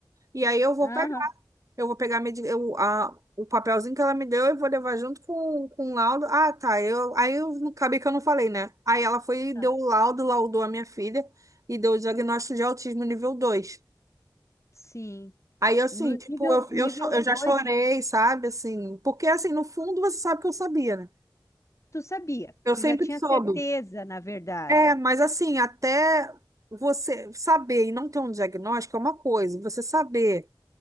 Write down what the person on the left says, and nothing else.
aham,
tá,
sim.
No
nível,
nível
2,
tu sabia,
tu
já tinha
certeza, na verdade.